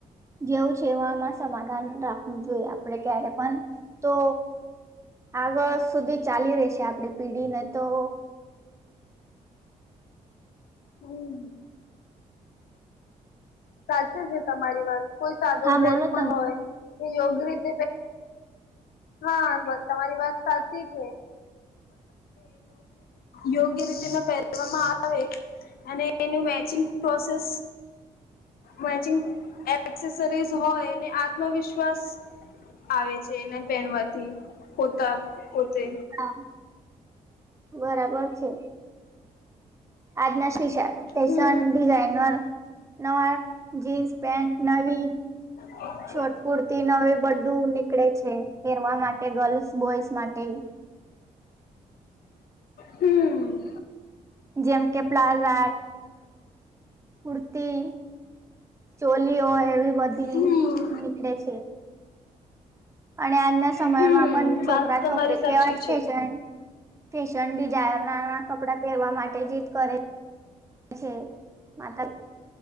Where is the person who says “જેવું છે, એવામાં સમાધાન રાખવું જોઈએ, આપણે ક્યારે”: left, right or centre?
Right